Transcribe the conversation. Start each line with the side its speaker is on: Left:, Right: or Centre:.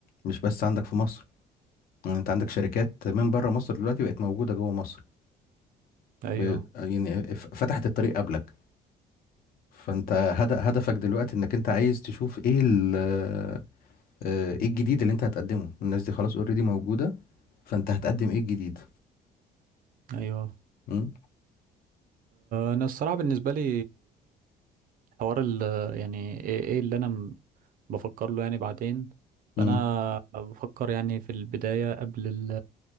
Left: مش بس عندك في مصر يعني انت عندك شركات من بره مصر دلوقتي بقت موجودة جوه مصر
Right: ايوه
Left: ب... يعني ف- فتحت الطريق قبلك فانت هد- هدفك دلوقتي انك انت عايز تشوف ايه ال... آه، ايه الجديد اللي انت هتقدمه الناس دي خلاص اوريدي موجودة فانت هتقدم ايه الجديد
Right: ايوه
Left: امم
Right: انا الصراحه بالنسبه لي حوار ال يعني ايه إيه اللي انا م- بفكر له يعني بعدين فانا
Left: امم
Right: بفكر يعني في البدايه قبل ال